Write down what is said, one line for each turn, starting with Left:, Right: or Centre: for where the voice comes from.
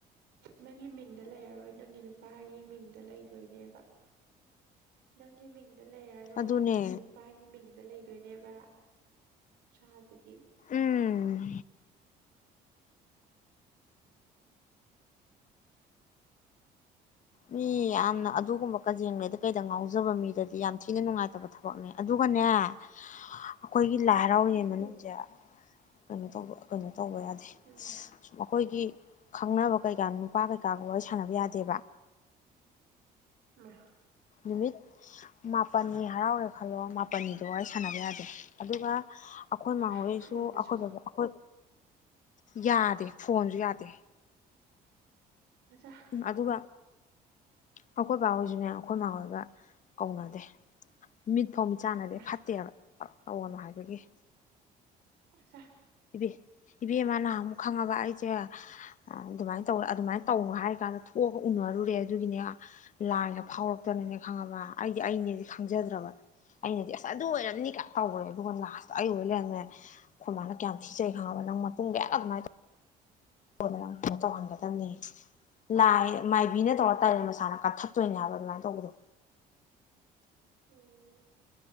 Right: ꯅꯪꯒꯤ ꯃꯤꯡꯗ ꯂꯩꯔꯔꯣꯏ ꯅꯪꯒꯤ ꯅꯨ ꯄꯥꯒꯤ ꯃꯤꯡꯗ ꯂꯩꯗꯣꯏꯅꯦꯕ ꯅꯪꯒꯤ ꯃꯤꯡꯗ ꯂꯩꯔꯔꯣꯏ
Left: ꯑꯗꯨꯅꯦ
Right: ꯅꯪꯒꯤ ꯅꯨꯄꯥꯒꯤ ꯃꯤꯡꯗ ꯂꯩ ꯗꫭꯏꯅꯦꯕ ꯁꯥꯒꯤꯗꯤ
Left: ꯎꯝ ꯃꯤ ꯌꯥꯝꯅ ꯑꯗꯨꯒꯨꯝꯕ ꯀꯖꯦꯡꯂꯩꯗ ꯀꯩꯗ ꯉꯥꯎꯖꯕ ꯃꯤꯗꯗꯤ ꯌꯥꯝ ꯊꯤꯅ ꯅꯨꯡꯉꯥꯏꯇꯕ ꯊꯕꯛꯅꯦ ꯑꯗꯨꯒꯅꯦ ꯑꯩꯈꯣꯏꯒꯤ ꯂꯥꯏ ꯍꯔꯥꯎꯔꯤꯉꯩ ꯃꯅꯨꯡꯁꯦ
Right: ꯎꯝ
Left: ꯀꯩꯅꯣ ꯇꯩꯕ ꯀꯩꯅꯣ ꯇꯧꯕ ꯌꯥꯗꯦ
Right: ꯎꯝ
Left: ꯁꯨꯝ ꯑꯩꯈꯣꯏꯒꯤ ꯈꯪꯅꯕ ꯀꯩꯀꯥ ꯅꯨꯄꯥ ꯀꯩꯀꯥꯒ ꯋꯥꯔꯤ ꯁꯥꯟꯅꯕ ꯌꯥꯗꯦꯕ
Right: ꯃꯥ
Left: ꯅꯨꯃꯤꯠ ꯃꯥꯄꯟꯅꯤ ꯍꯔꯥꯎꯔꯦ ꯈꯜꯂꯣ ꯃꯥ ꯄꯟꯅꯤꯗꯣ ꯋꯤꯔꯤ ꯁꯥꯟꯅꯕ ꯌꯥꯗꯦ ꯑꯗꯨꯒ <inaudible> ꯑꯩꯈꯣꯏ ꯃꯥꯍꯣꯎꯁꯨ
Right: ꯃꯥ ꯐꯣꯟꯗꯁꯨ
Left: ꯑꯩꯈꯣꯏ ꯕꯕꯥ ꯑꯩꯈꯣꯏ ꯌꯥꯗꯦ ꯐꯣꯟꯁꯨ ꯌꯥꯗꯦ
Right: ꯃꯆꯥ
Left: ꯑꯗꯨꯕ ꯑꯩꯈꯣꯏ ꯕꯥ ꯍꯣꯏꯁꯨꯅꯦ ꯑꯩꯈꯣꯏ ꯏ ꯃꯥꯥ ꯍꯣꯏꯒ ꯀꯧꯅꯗꯦ ꯃꯤꯠ ꯐꯧ ꯆꯥꯟꯅꯗꯦ
Right: ꯃꯥ
Left: ꯐꯠꯇꯦꯕ ꯑꯑꯣꯅ ꯍꯥꯏꯕꯒꯤꯦ
Right: ꯁ
Left: ꯏꯕꯦ ꯏꯕꯦꯝꯃ ꯅꯍꯥꯟ ꯑꯃꯨꯛ ꯈꯪꯉꯕ ꯑꯩꯁꯦ ꯑꯗꯨꯃꯥꯏꯅ ꯇꯧꯔ ꯑꯗꯨꯃꯥꯏꯅ ꯇꯧꯅꯣ ꯍꯥꯏꯔ ꯀꯥꯟꯗ ꯊꯣꯛꯑꯒ ꯎꯅꯔꯨꯔꯦ ꯑꯗꯨꯒꯤꯅꯦ ꯂꯥꯏꯒ ꯐꯥꯎꯔꯛꯇꯅꯅꯦ ꯈꯪꯉꯕ ꯑꯩꯗꯤ ꯑꯩꯅꯦꯗꯤ ꯈꯪꯖꯗ꯭ꯔꯕ ꯑꯩꯅꯗꯤ ꯑꯁ ꯑꯗꯨ ꯑꯣꯏꯔꯝꯅꯤꯒ ꯇꯧꯔꯦ ꯑꯗꯨꯒ ꯂꯥꯁꯇ ꯑꯩ ꯑꯣꯏ ꯂꯩꯔꯝꯅꯦ ꯈꯨꯃꯅ ꯁꯤꯆ ꯈꯪꯉꯕ ꯅꯪ ꯃꯇꯨꯡ ꯀꯌꯥ ꯑꯗꯨꯃꯥꯏꯅ ꯑꯩꯉꯣꯟꯗꯅꯪ ꯐꯣꯟ ꯇꯧꯍꯟꯒꯗꯕꯅꯤ ꯂ ꯃꯥꯏꯗꯤ ꯀꯕꯤꯅ ꯇꯧꯔ ꯇꯥꯔꯅ ꯃꯁꯥꯅ ꯀꯛꯊꯠ ꯆꯣꯏꯅꯦ ꯍꯥꯏꯕ ꯑꯗꯨꯃꯥꯏꯅ ꯇꯧꯕꯗꯣ
Right: ꯎꯝ